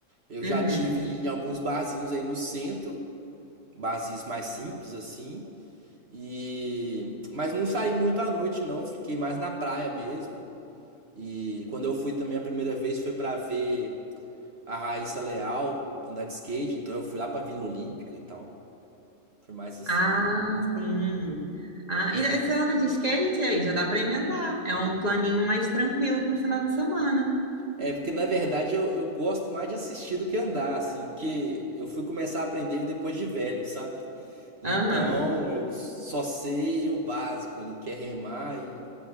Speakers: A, on the right; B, on the right.
A: Eu
B: Uhum.
A: já tive em alguns barzinhos aí no centro, barzinhos mais simples assim. E mas não saí muito à noite não, fiquei mais na praia mesmo. E quando eu fui também a primeira vez foi pra ver a Raíssa Leal andar de skate, então eu fui lá pra Vila Olímpica e tal. Foi mais assim.
B: Ah, sim. Ah, e você anda de skate aí? Já dá para emendar. É um planinho mais tranquilo para o final de semana.
A: É porque na verdade eu, eu gosto mais de assistir do que andar, assim, que eu fui começar a aprender depois de velho, sabe? Então
B: Aham.
A: eu só sei o básico, ele quer remar e